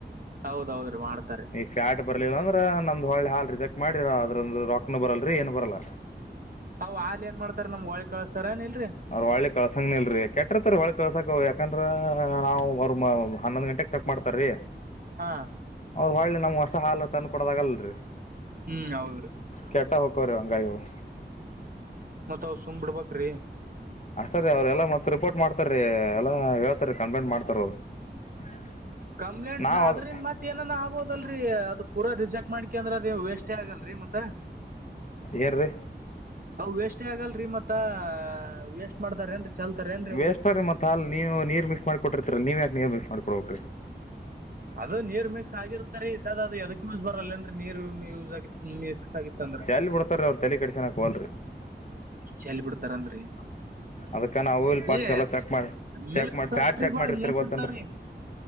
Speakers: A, on the right (about 55°); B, on the left (about 40°).
A: ಹೌದೌದ ರೀ ಮಾಡ್ತಾರಿ.
B: ನೀವು ಫ್ಯಾಟ್ ಬರ್ಲಿಲ್ಲ ಅಂದ್ರೆ ನಮ್ದ್ ಹೊಳ್ಳೆ ಹಾಲ್ ರಿಜೆಕ್ಟ್ ಮಾಡಿ ಅದರಂದು ರೊಕ್ಕನು ಬರಲ್ರರಿ ಏನು ಬರಲ್ಲ.
A: ಅವ್ ಹಾಲ್ ಏನ್ ಮಾಡ್ತಾರ ನಮ್ಗ್ ಹೊಳ್ಳಿ ಕಳಸ್ತಾರ ಏನ್ ಇಲ್ಲರಿ?
B: ಅವ್ ಹೊಳ್ಳಿ ಕಳ್ಸಂಗ ನಿಲ್ರರಿ ಕೆಟ್ಟ್ರತ್ ರೀ ಒಳ್ಳ ಕಳ್ಸಾಕ ಯಾಕಂದ್ರ ನಾವ್ ಅವರ ಹನ್ನೊಂದ್ ಗಂಟೆಗೆ ಚೆಕ್ ಮಾಡ್ತಾರಿ.
A: ಹಾ
B: ಅವ್ರು ಹೊಳ್ಳಿ ನಮಗ ಹೊಸ ಹಾಲ ತಂದ ಕೊಡದಾಗಲ್ರಿ.
A: ಹ್ಮ್ ಹೌದ್ರಿ
B: ಕೆಟ್ಟ ಹೊಕ್ಕವ್ರಿ ಹಾಂಗಾಗಿ -
A: ಮತ್ತ ಅವ್ ಸುಮ್ ಬಿಡ್ಬೇಕ್ರಿ.
B: ಅತರೀ ಅವ್ರು ಎಲ್ಲ ಮತ್ತೆ ರಿಪೋರ್ಟ್ ಮಾಡತ ರೀ ಎಲ್ಲ ಹೇಳ್ತಾರೆ ಕಂಪ್ಲೇಂಟ್ ಮಾಡ್ತಾರ ಅವ್ರು. <unintelligible>
A: ಕಂಪ್ಲೇಂಟ್
B: ನಾವ್
A: ಅದ್ರಿಂದ
B: ಅದ್
A: ಮತ್ತ ಏನ ಆಗ್ಬೋದಲ್ರರಿ ಅದು ಪೂರ ರಿಜೆಕ್ಟ್ ಮಾಡ್ಕೊಂಡ್ರ ಅದ ವೇಸ್ಟೇ ಆಗಲ್ರರಿ ಮತ್ತ
B: ಏನ್ ರೀ -
A: ಅವು ವೇಸ್ಟ್ ಆಗಲ್ರಿ ಮತ್ತ ವೇಸ್ಟ್ ಮಾಡ್ತಾರ ಏನ್ರೀ ಚಲ್ತಾರ
B: ವೇಸ್ಟ್
A: ಅವು
B: ರೀ ಮತ್ ಹಾಲ್ ನೀರ್ ಮಿಕ್ಸ್ ಮಾಡಿ ಕೊಟ್ಟರ್ತೀರಿ ನೀವ ಯಾಕ್ ನೀರ್ ಮಿಕ್ಸ್ ಮಾಡಿ ಕೊಡ್ಬೇಕ್ರೀ?
A: ಅದು ನೀರ್ ಮಿಕ್ಸ್ ಆಗಿರ್ತಾರೆ ಈ ಸಾದ ಅದು ಅದಕ್ಕ ಯೂಸ್ ಬರಲ್ಲ ಏನ್ರಿ? ಅಂದ್ರೆ ನೀರು ಒಮ್ಮಿ ಯೂಸ್ ಆಗಿ ಮಿಕ್ಸ್ ಆಗಿತ್ತ ಅಂದ್ರ
B: ರ ಬರ್ತಾರ ಅವ್ರ ತಲೆ ಕಡಿಸಲಕ ಹೊಲರಿ
A: ಚಲ್ಲಿ ಬಿಡ್ತಾರನ್ರಿ
B: ಅದ್ಕ ನಾವು ಇಲ್ಲೀ ಪಸ್ಟ್
A: ಏ
B: ಎಲ್ಲ ಚೆಕ್ ಮಾಡಿ ಚೆಕ್
A: ಮಿಲ್ಕ್
B: ಮಾಡ್
A: ಫ್ಯಾಕ್ಟ್ರಿಗಳ
B: ಯಾರ ಚೆಕ್ ಮಾಡಿರ್ತ
A: ಎಸ್
B: ಗೊತ್ತನ್ರಿ
A: ಇರ್ತಾವ್ರಿ